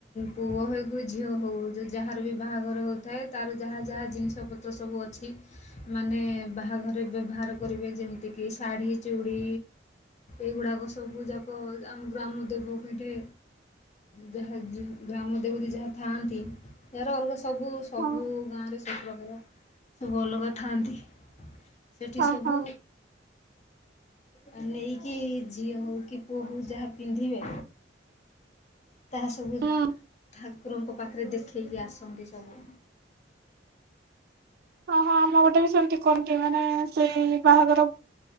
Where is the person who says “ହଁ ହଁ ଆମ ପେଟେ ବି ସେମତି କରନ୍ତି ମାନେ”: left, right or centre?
Right